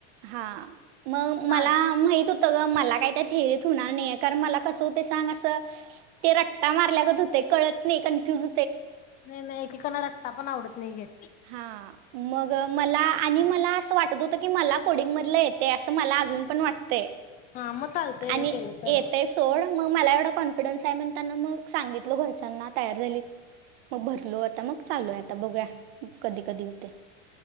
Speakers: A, on the right; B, on the left.
A: हा मग
B: ना
A: मला माहित होत ग मला काय त्या ठे णार नाही कारण मला कस होते सांग अस ते रट्टा मारल्यागत होते कळत नाही कन्फ्युज
B: नाही नाही कीकना रट्टा पण आवडत नाही घे
A: हा मग मला आणि मला असं वाटत होतं की मला कोडिंग मधलं येते असं मला अजून पण वाटतंय
B: हा मग चालतय
A: आणि
B: ग केलं तर
A: येतंय सोड मग मला एवढा कॉन्फिडन्स आहे मण त्यांना मग सांगितल घरच्यांना तयार झाली मग भरलो आता मग चालूय आता बघूया कधी कधी होते